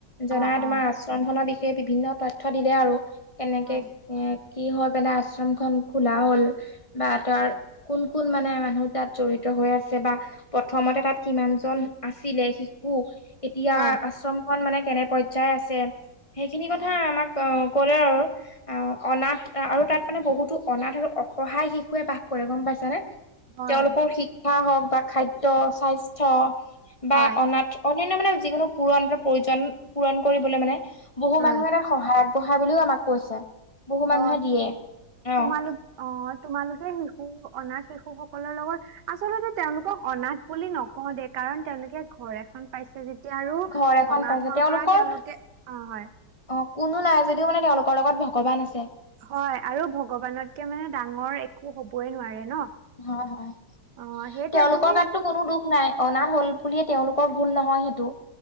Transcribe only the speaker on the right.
অ
অ
হয়
হয়
হয়
হয়
হয়
হয়
হয়।
তোমালোক অ', তোমালোকে শিশু-অনাথ শিশুসকলৰ লগত আচলতে তেওঁলোকক অনাথ বুলি নকওঁ দেই কাৰণ তেওঁলোকে ঘৰ এখন পাইছে যেত যেতিয়া আৰু
অনাথৰ
পৰা তেওঁলোকে, অ', হয়।
হয়, আৰু ভগৱানতকে মানে ডাঙৰ একো হ'বই নোৱাৰে ন।
অ সেইটোৱে
তুমি